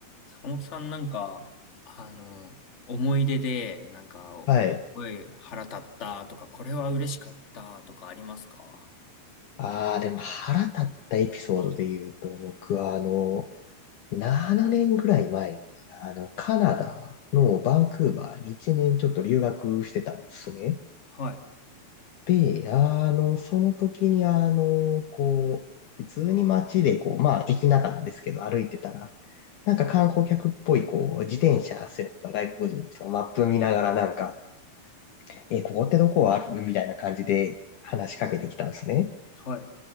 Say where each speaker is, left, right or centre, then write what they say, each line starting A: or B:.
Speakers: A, on the left; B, on the left.
A: 坂本さんなんか、あの、思い出で、なんか、
B: はい。
A: すごい腹立ったとか、これは嬉しかったとかありますか
B: ああ、でも腹立ったエピソードで言うと、僕はあの、7年ぐらい前に、あの、カナダのバンクーバーに1年ちょっと留学してたんですね。
A: はい、
B: で、あの、その時にあの、こう、普通に街でこう、まあ、駅中なんですけど、歩いてたら、なんか観光客っぽい、こう、自転車背負った外国人の人がマップ見ながらなんか、え、ここってどこあるみたいな感じで話しかけてきたんですね。
A: はい、